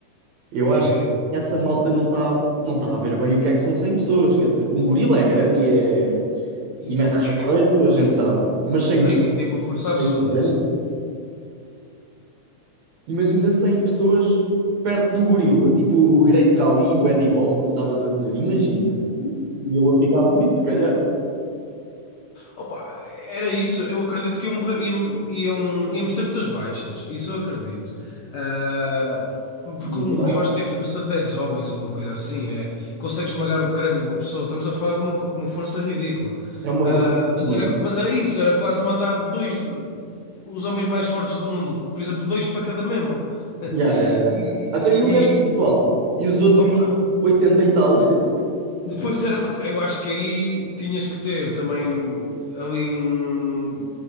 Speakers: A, on the right (about 70°); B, on the left (about 80°).
A: Eu acho
B: É.
A: que essa malta não está não tá a ver bem o que é que são 100 pessoas. Quer dizer, um gorila é grande e, é,
B: E,
A: e mete respeito,
B: e é-
A: a gente sabe. Mas 100
B: não,
A: pessoas
B: e tem uma força absurda,
A: é grande.
B: assim.
A: Imagina 100 pessoas perto do gorila, tipo o Great Khali, o Eddie Hall, como estavas a dizer. Imagina. O gorila ficava ali, se calhar.
B: Opa, era isso. Eu acredito que iam morrer, iam, iam, íamos ter muitas baixas. Isso eu acredito. Ah,
A: Literal.
B: porque um gorila acho que tem a força de 10 homens ou uma coisa assim. É, consegue esmagar o crânio de uma pessoa. Estamos a falar de uma, co- uma força ridícula.
A: É uma força humana.
B: Mas era, mas era isso. Era quase mandar dois, os homens mais fortes do mundo. Por exemplo, dois para cada membro. <laughs>
A: Yeah, yeah, yeah.
B: E,
A: Então, e
B: e-
A: o resto do pessoal? E os outros
B: opa,
A: 80 e tal? <laughs>
B: Depois era, eu acho que aí tinhas que ter também ali um,